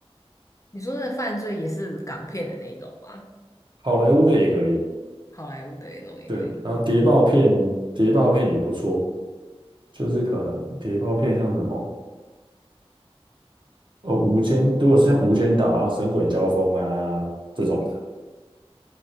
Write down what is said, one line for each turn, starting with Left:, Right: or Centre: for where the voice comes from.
Left: 你说的犯罪也是港片的那一种吗？
Right: 好莱坞的也可以，
Left: 好莱坞的那种也可以。
Right: 对，然后谍报片，谍报片也不错，就是可能谍报片像什么？呃，无间，如果是像《无间道》啊、《神鬼交锋》啊这种的，